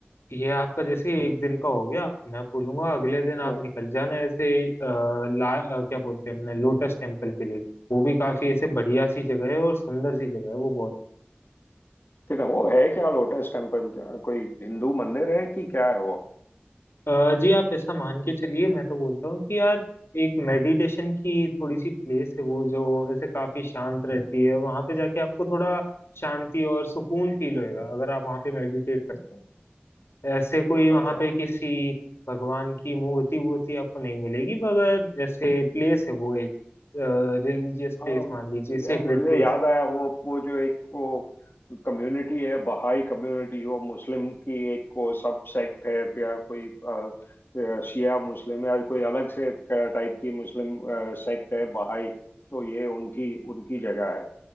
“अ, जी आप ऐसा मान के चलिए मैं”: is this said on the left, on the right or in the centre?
Left